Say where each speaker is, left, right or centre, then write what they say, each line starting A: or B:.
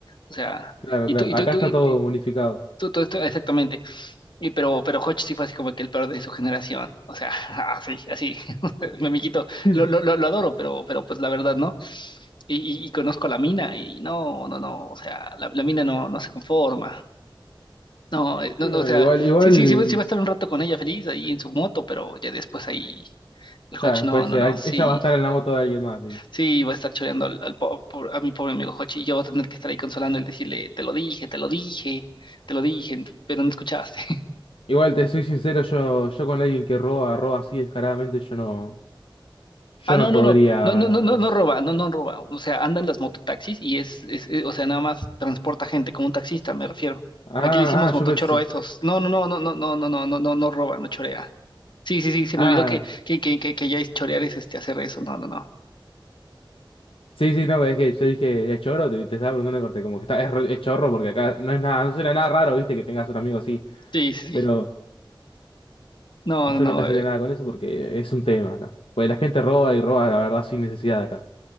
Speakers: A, on the left; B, on the left.
A: O sea,
B: Claro,
A: y
B: claro.
A: tú, y tú,
B: Acá
A: tú,
B: está
A: y,
B: todo
A: y
B: unificado.
A: tú, todo esto, exactamente. Y pero, pero Hodge sí fue así como que el peor de su generación. O sea, <laughs> así, así. <laughs> Mi amiguito,
B: <laughs>
A: lo, lo, lo, lo adoro, pero, pero pues la verdad, ¿no? Y, y- y conozco a la mina y no, no, no. O sea, la, la mina no, no se conforma. No, eh, no,
B: Y
A: no,
B: bueno,
A: o sea,
B: igual, igual,
A: sí, sí, sí, va sí va a estar un rato con ella feliz ahí en su moto, pero ya después ahí el Hodge,
B: ya después
A: no, no,
B: eh,
A: no,
B: hay-
A: sí,
B: ella va a estar en la moto de alguien más. así que-
A: sí, va a estar choreando al, al po- por- a mi pobre amigo Hodge y yo voy a tener que estar ahí consolando y decirle, te lo dije, te lo dije, te lo dije, pero no escuchaste.
B: Igual te soy sincero, yo, yo con alguien que roba, roba así descaradamente, yo no, yo
A: Ah,
B: no
A: no, no,
B: podría.
A: no, no, no, no, no, no
B: Ah,
A: roba, no, no roba. O sea, anda en las mototaxis y es, es, eh, o sea, nada más transporta gente como un taxista, me refiero.
B: ah,
A: Aquí le hicimos motochoro
B: yo pensé.
A: a esos. No, no, no, no, no, no, no, no, no, no, no roba, no chorea. Sí, sí, sí, se
B: Ah,
A: me olvidó que, que, que, que, que ya es chorear es este hacer eso. No, no, no.
B: sí, sí, no, es que yo dije, es chorro, te, te estaba preguntando corte, como que está, es, ro- es chorro porque acá no es nada, no suena nada raro, viste, que tengas un amigo así.
A: Sí, sí, sí.
B: Pero
A: No, no,
B: yo
A: no,
B: no casaría
A: eh,
B: nada con eso porque es un tema acá. pues la gente roba y roba, la verdad, sin necesidad acá.